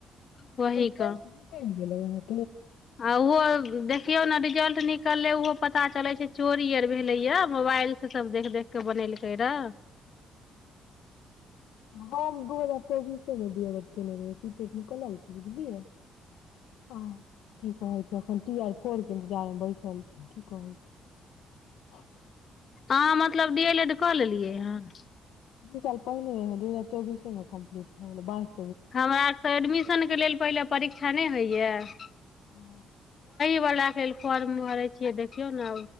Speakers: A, on the left; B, on the left.
A: वही
B: इन्ट्रेस
A: के
B: निकैल गेलै आहा
A: आ ओहो देख देखियौ नऽ रिजल्ट निकले ओहो पता चलै छै चोरी आर भेले या मोबाइल से सब देख देख के बनेलकै रह
B: हम दू हजार चौबीसे <unintelligible> निकलल छै बुझलियै आ की कहै छै एखन टी आर इ फोर के इन्तजार मे बैसल छै की कहै छी
A: आहा मतलब डी एल एड कऽ लेलियै हन
B: दू साल पहिने दू हजार चौबीसे मऽ कम्प्ली भ गेलै बइ
A: हमरा तऽ एडमिशन के लेल पहिले परीक्षा नइ होइ ऐह
B: ह
A: <unintelligible> के फॉर्म भरे छियै देखियौ न